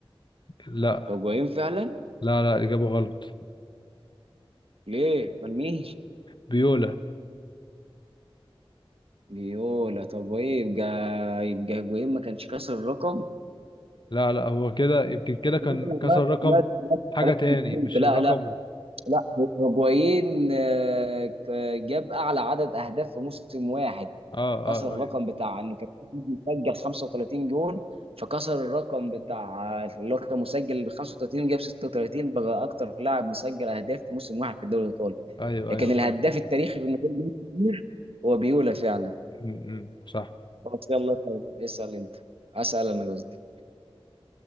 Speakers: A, on the left; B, on the right.
A: لا
B: هجوين فعلا
A: لا لا إجابة غلط
B: ليه امال مين
A: بيولا
B: يولا طب ايه يبقى يبقى هجوين ما كانش كسر الرقم
A: لا لا هو كده يمكن كده كان
B: لا
A: كسر
B: لا
A: رقم
B: لا
A: حاجة
B: خلاص
A: تاني
B: أنا فهمت.
A: مش
B: لا
A: الرقم
B: لا
A: ال-
B: لا هجوين آه، ك- جاب اعلى عدد اهداف في موسم واحد
A: اه
B: كسر
A: اه
B: الرقم
A: ايوه
B: بتاع انه كان في فيديو مسجل 35 جون فكسر الرقم بتاع اللي هو كان مسجل 35 وجاب 36 بقى اكتر لاعب مسجل اهداف في موسم واحد في الدوري الايطالي
A: ايوه
B: لكن
A: ايوه فاهم
B: الهداف التاريخي في انه جاب جون كتير هو بيولا فعلا
A: م- م، صح
B: بس يلا طيب اسال انت اسال انا قصدي